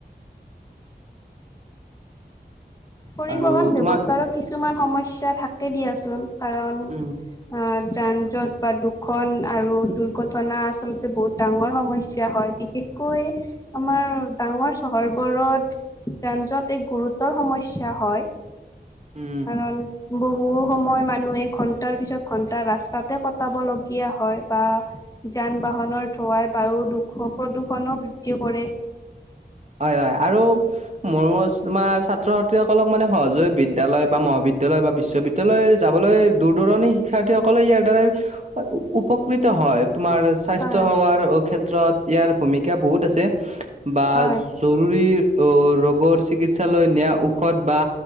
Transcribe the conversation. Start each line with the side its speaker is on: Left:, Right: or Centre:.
Left: পৰিবহন
Right: আৰু
Left: ব্যৱস্থাৰো
Right: তোমাৰ
Left: কিছুমান সমস্যা থাকে দিয়াচোন কাৰণ
Right: উম
Left: অ' যান জট বা দুখন আৰু দুৰ্ঘটনা আচলতে বহুত ডাঙৰ সমস্যা হয় বিশেষ কৈ আমাৰ ডাঙৰ চহৰবোৰত যান যট এক গুৰুত্বৰ সমস স্যা হয়।
Right: উম।
Left: কাৰন বহু সময় মানুহে ঘন্টাৰ পিছত ঘন্টা ৰাস্তাতে কটাবলগীয়া হয় বা যান বাহনৰ ধোঁৱাই বায়ু দুৰ্ঘ প্ৰদূষনো বৃদ্ধি কৰে।
Right: হয় হয় আৰু মোৰ মোৰ তোমাৰ ছাত্ৰ ছাত্ৰীসকলক মানে সহজে বিদ্যালয় বা মহাবিদ দ্যালয় বা বিশ্ববিদ্যালয় যাবলৈ দূৰ দূৰণি শিক্ষাৰ্থীসকলে ইয়াৰ দ্বাৰাই উপকৃত হয়, তোমাৰ স্বাস্থ্যসেৱাৰ
Left: হয়
Right: ক্ষেত্ৰত ইয়াৰ ভূমিকা বহুত আছে। বা
Left: হয়
Right: জৰুৰী অ' ৰোগৰ চিকিৎসালয় নিয়া ঔষধ বা